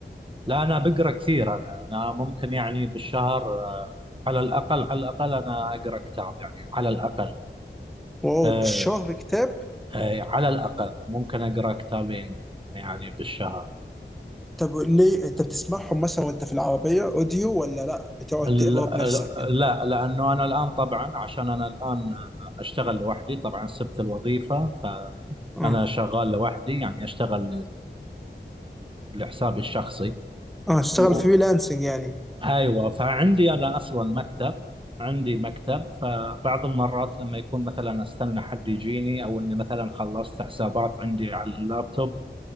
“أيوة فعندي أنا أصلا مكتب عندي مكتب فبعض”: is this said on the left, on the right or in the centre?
Right